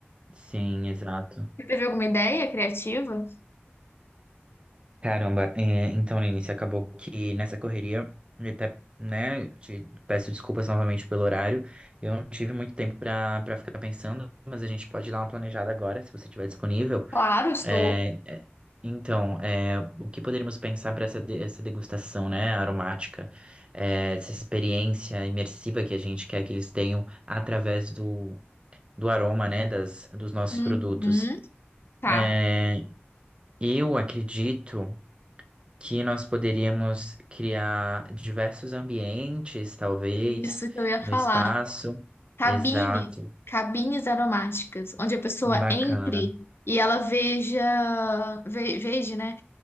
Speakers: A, on the right (about 25°); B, on the left (about 65°).
A: sim, exato.
B: Você teve alguma ideia criativa?
A: Caramba, é, então, Lenice, acabou que nessa correria, e até, né, te peço desculpas novamente pelo horário, eu não tive muito tempo para para ficar pensando, mas a gente pode dar uma planejada agora, se você estiver disponível.
B: Claro, estou.
A: É, é, então, é, o que poderíamos pensar para essa, de- essa degustação, né, aromática, É, essa experiência imersiva que a gente quer que eles tenham através do, do aroma, né, das, dos nossos
B: Uhum,
A: produtos.
B: tá.
A: É, eu acredito que nós poderíamos criar diversos ambientes, talvez,
B: Isso que eu ia falar.
A: no espaço.
B: Cabines,
A: Exato,
B: cabines aromáticas, onde a pessoa
A: bacana.
B: entre e ela veja, ve- veja, né?